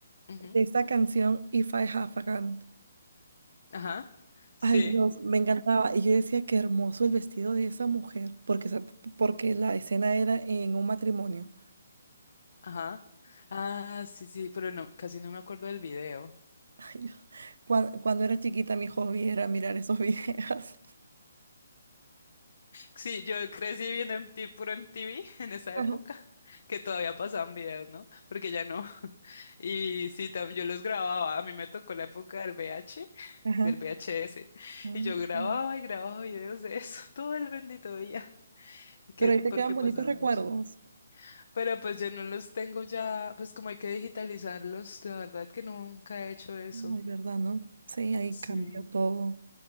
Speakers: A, on the left (about 60°); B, on the right (about 75°).
A: Ujú.
B: de esa canción If I Have a Gun.
A: Ajá. Sí.
B: Ay, Dios, me encantaba. Y yo decía, qué hermoso el vestido de esa mujer, porque, se- porque la escena era en un matrimonio.
A: Ajá. Ah, sí, sí, pero no, casi no me acuerdo del video.
B: Ay, Dios. Cuan- Cuando, era chiquita, mi hobby era mirar esos <laughs> videos.
A: Sí, yo crecí viendo MTV, puro MTV <laughs> en esa
B: Ajá.
A: época, que todavía pasaban videos, ¿no? Porque ya no. <laughs> Y sí, también yo los grababa. A mí me tocó la época del VH,
B: Ajá.
A: del VHS.
B: Mm.
A: Y yo grababa y grababa videos de eso <laughs> todo el bendito día. y Que,
B: Pero ahí te
A: porque
B: quedan bonitos
A: pasaba
B: recuerdos.
A: mucho. Pero pues yo no los tengo ya, pues como hay que digitalizarlos, la verdad que nunca he hecho eso.
B: Ay, ¿verdad, no? Sí, ahí
A: Sí,
B: cambió todo.